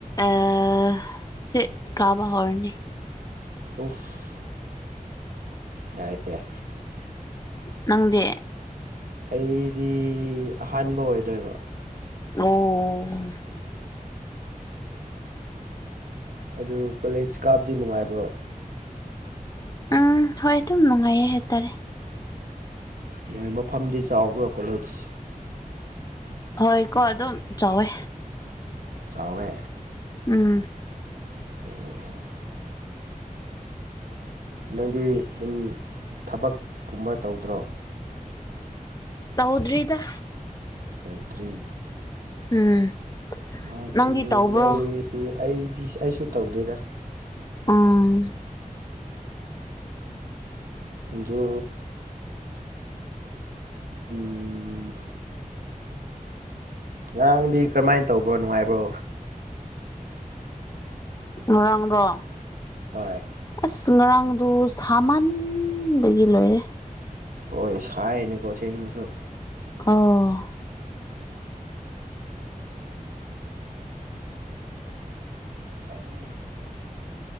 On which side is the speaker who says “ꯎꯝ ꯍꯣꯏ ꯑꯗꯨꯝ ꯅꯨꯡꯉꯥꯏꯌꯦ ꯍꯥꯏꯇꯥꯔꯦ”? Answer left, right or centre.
Left